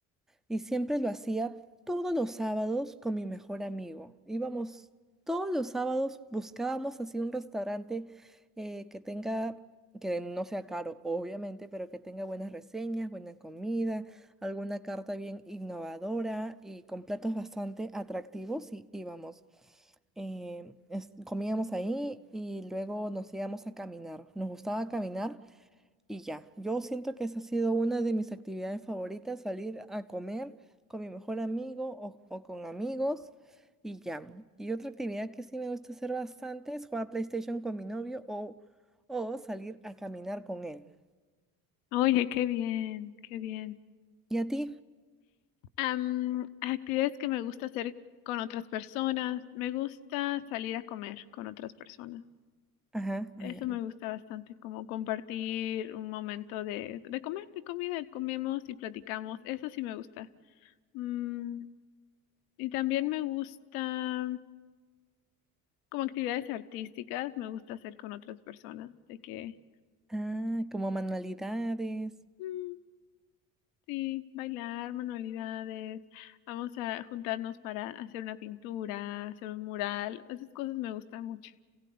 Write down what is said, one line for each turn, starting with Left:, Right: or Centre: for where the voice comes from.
Centre: Y siempre lo hacía todos los sábados con mi mejor amigo. Íbamos todos los sábados, buscábamos así un restaurante eh, que tenga, que no sea caro, obviamente, pero que tenga buenas reseñas, buena comida, alguna carta bien innovadora y con platos bastante atractivos y íbamos. Eh, es- comíamos ahí y luego nos íbamos a caminar. Nos gustaba caminar y ya, yo siento que esa ha sido una de mis actividades favoritas, salir a comer con mi mejor amigo o, o con amigos y ya. Y otra actividad que sí me gusta hacer bastante es jugar PlayStation con mi novio o, o salir a caminar con él.
Left: Oye, qué bien, qué bien.
Centre: ¿Y a ti?
Left: Am, actividades que me gusta hacer con otras personas. Me gusta salir a comer con otras personas.
Centre: Ajá,
Left: Eso
Centre: ay, a
Left: me
Centre: ver.
Left: gusta bastante, como compartir un momento de, de comer, de comida, comemos y platicamos. Eso sí me gusta. Mm, y también me gusta, como actividades artísticas, me gusta hacer con otras personas, de que,
Centre: Ah, como manualidades
Left: mm, sí, bailar, manualidades, vamos a juntarnos para hacer una pintura, hacer un mural, esas cosas me gustan mucho,